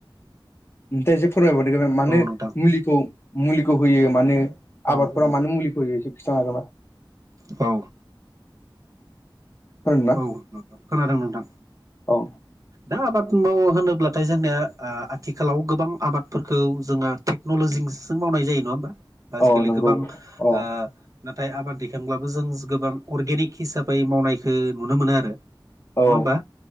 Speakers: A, on the left; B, on the right.
A: ओमफ्राय एसे फोरमायबावदों मानो
B: औ नोंथां
A: मुलिखौ मुलिखौ होयो मानो
B: औ
A: आबादफोरा
B: औ
A: मानो मुलिखौ एसे खिथानो हागोनबा
B: औ
A: खोनादों ना
B: औ नोंथां खोनादों नोंथां
A: औ
B: दा आबाद मावो होनोब्लाथाय जोंनिया ओ आथिखालाव गोबां आबादफोरखौ जोङा टेक्न'लजिजोंसो मावनाय जायो नङा होमबा आजिखालि
A: औ नंगौ
B: गोबां
A: औ
B: ओ नाथाय आबाद दैखांब्लाबो जों गोबां अर्गेनिक हिसाबै मावनायखौ नुनो मोना आरो। नङा
A: औ
B: होमबा